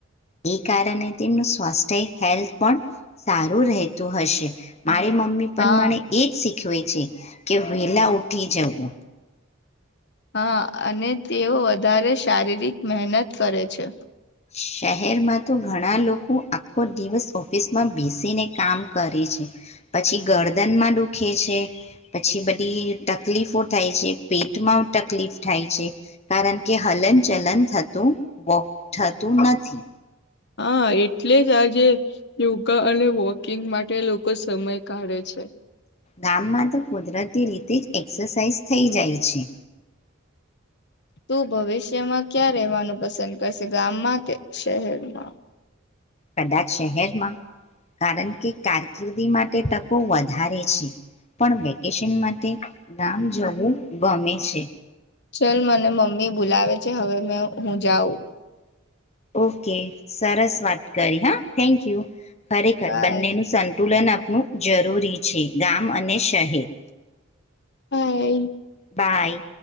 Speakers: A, on the left (about 35°); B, on the left (about 60°).
A: એ કારણે તેમનું સ્વાસ્થ્ય હેલ્થ પણ સારું રહેતું હશે. મારી મમ્મી
B: હા
A: પણ મને એજ શીખ ખૂવે છે કે વેલા ઉઠી જવું.
B: હા અને તેઓ વધારે શારીરિક મહેનત કરે છે.
A: શહેરમાં તો ઘણા લોકો આખો દિવસ ઓફિસમાં બેસીને કામ કરે છે. પછી ગરદનમાં દુખે છે, પછી બધી તકલીફો થાય છે પેટમાં તકલીફ થાય છે કારણ કે હલન ચલન થતું વોક થતું નથી.
B: હા એટલે જ આજે યોગા અને વોકિંગ માટે લોકો સમય કાઢે છે.
A: ગામમાં તો કુદરતી રીતે જ એક્સરસાાઈઝ થઈ જાય છે.
B: તું ભવિષ્યમાં ક્યાં રહેવાનું પસંદ કરશે ગામમાં કે શહેરમાં?
A: કદાચ શહેરમાં કારણ કે કારકિર્દી માટે તકો વધારે છે પણ વેકેશન માટે ગામ જવું ગમે છે.
B: ચલ મને મમ્મી બોલાવે છે હવે મે હું જાઉં.
A: ઓકે સરસ વાત કરી હા થેન્ક યુ. ખરેખર
B: બાય
A: બંને નું સંતુલન આપ નું જરૂરી છે ગામ અને શહેર
B: બાય.
A: બાય.